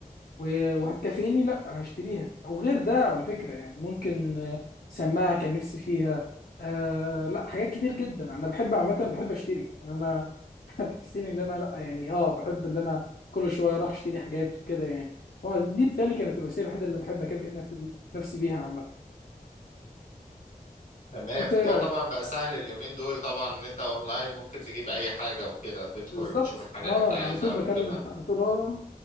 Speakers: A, on the left; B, on the left.
A: و- وهتكفيني لا هشتريها او غير ده على فكره يعني ممكن آه، سماعه كان نفسي فيها آه لا حاجات كتير جدا انا بحب عامه بحب اشتري يعني انا <laughs> هتحسيني ان انا لا يعني اه بحب ان انا كل شويه اروح اشتري حاجات وكده يعني اه دي بتهيألي كانت الوسيله الوحيده اللي بحب اكافئ نفسي نفسي بيها عامه
B: تمام
A: انت
B: وده
A: ايه رايك؟
B: طبعا بقى سهل اليومين دول طبعا ان انت اونلاين ممكن تجيب اي حاجة وكده تدخل
A: بالظبط
B: وتشوف الحاجة
A: اه
B: اللي انت عايزها
A: انا على طول بكلم
B: وتجيبها
A: على طول اه